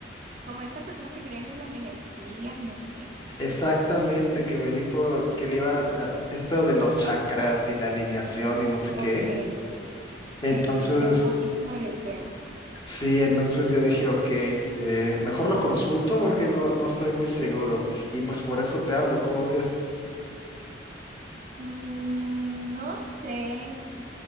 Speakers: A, on the right; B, on the left.
A: como estas personas que creen en las energías y no sé qué.
B: exactamente, que me dijo que le iba a, esto de los chakras y la alineación y no sé qué.
A: Ok,
B: Entonces,
A: Sí, sí, sé un poquito sobre el tema.
B: Sí, entonces yo dije, ok, eh, mejor lo consulto porque no, no estoy muy seguro. Y pues por eso te hablo, ¿cómo ves?
A: Mm, no sé.